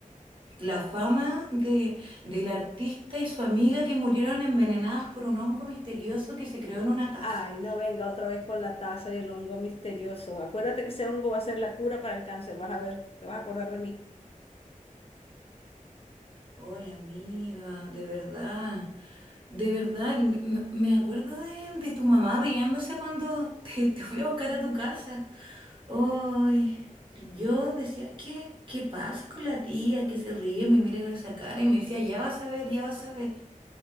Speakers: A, on the right; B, on the left.
A: La fama de, del artista y su amiga que murieron envenenadas por un hongo misterioso que se creó en una taza.
B: Ay, no venga otra vez con la taza y el hongo misterioso. Acuérdate que ese hongo va a ser la cura para el cáncer, vas a ver, te vas a acordar de mí.
A: Oye, amiga, de verdad, de verdad, que me, me- me acuerdo de, de tu mamá riéndose cuando te, te fui a buscar a tu casa. Ay, yo decía, ¿qué, qué pasa con la tía que se ríe, me mira con esa cara y me decía, ya vas a ver, ya vas a ver.